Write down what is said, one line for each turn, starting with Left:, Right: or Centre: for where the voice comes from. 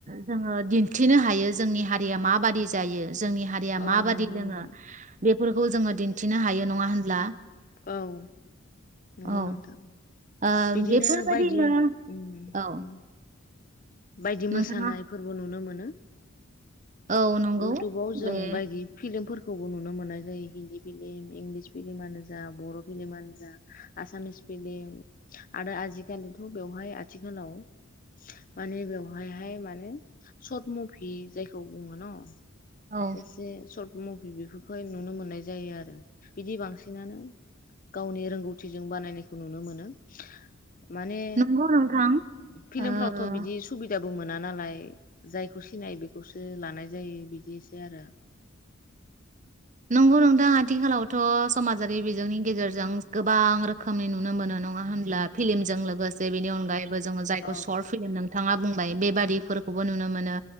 Right: जोङो दिन्थिनो हायो जोंनि हारिया माबादि जायो। जोंनि हारिया
Left: औ
Right: माबादि
Left: नंगौ
Right: लोङो
Left: नोंथां
Right: बे फोरखौ जोङो दिन्थिनो हायो नङा होनब्ला?
Left: औ नंगौ
Right: औ
Left: नोंथां।
Right: ओ
Left: बिदिनो
Right: बेफोरबायदिनो
Left: बायदि उम
Right: औ
Left: उम बायदि
Right: नोंथाङा
Left: मोसानाय फोरबो नुनो मोनो। <unintelligible>
Right: औ नंगौ
Left: इउटुबाव जों
Right: बे
Left: बायदि फिल्मफोरखौ खौबो नुनो मोननाय जायो हिन्दी फिलिम इंलिस फिलिमानो जा बर फिलिमानो जा आसामिस फिलिम आरो आजिखालिथ' बेवहाय आथिखालाव माने बेवहायहाय माने सर्ट मुभि जायखौ बुङो न <inaudible>
Right: औ
Left: एसे सर बुं बेफोरखौहाय नुनो मोननाय जायो आरो बिदि बांसिनानो गावनि रोंगौथिजों बानायनायखौ नुनो मोनो माने
Right: नंगौ नोंथां
Left: फिलिम
Right: ओ
Left: फ्रावथ बिदि सुबिदा बो मोना नालाय जायखौ सिनायो बेखौसो लानाय जायो बिदि आरो
Right: नंगौ नोंथा आथिखालावथ समाजारि बिजोंनि गेजेरजों गोबां रोखोमनि नुनो मोनो नङा होनब्ला फिलिमजों लोगोसे बेनि अनगायैबो जोङो जायखौ
Left: औ
Right: शर्ट फिलिम नोंथां थाङा बुंबाय बेबादिफोरखौबो नुनो मोनो।